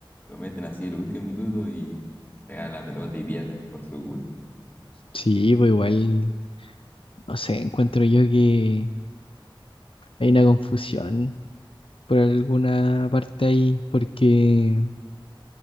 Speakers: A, on the left (about 20°); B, on the left (about 80°).
A: lo meten así el último minuto y pega la pelota y pierden por su culpa.
B: Sí, pues igual, no sé, encuentro yo que hay una confusión por alguna parte ahí, porque